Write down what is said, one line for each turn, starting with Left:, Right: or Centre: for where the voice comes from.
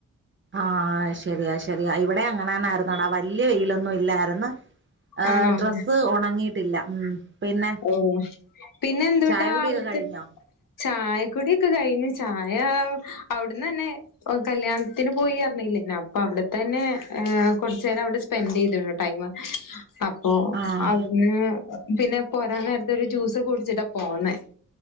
Right: ആ ശരിയ ശരിയ ഇവടെ അങ്ങനെന്നായിരുന്നോടാ വല്യ വെയിലൊന്നും ഇല്ലായിരുന്നു ഹ
Left: ആണോ
Right: ഡ്രസ്സ് ഉണങ്ങിയിട്ടില്ല ഉം പിന്നെ
Left: ഓ <unintelligible> പിന്നെ എന്തൂട്ടാ
Right: ചായ കുടിയൊക്കെ
Left: അവിടുത്ത്
Right: കഴിഞ്ഞോ
Left: ചായക്കുടി ഒക്കെ കഴിഞ്ഞു ചായ അവിടന്നന്നേ കല്യാണത്തിന് പോയി അറിഞ്ഞില്ലേനോ അപ്പൊ അവിടെ തന്നെ കൊറചേരം അവിടെ സ്പെൻഡ് ചെയ്തീണ് ടൈമ് അപ്പൊ
Right: ആഹ്
Left: അവിട്ന്ന് പിന്നെ പോരാ നേരത്ത് ഒരു ജ്യൂസ് ഒക്കെ കുടിച്ചിട്ടാ പോന്നേ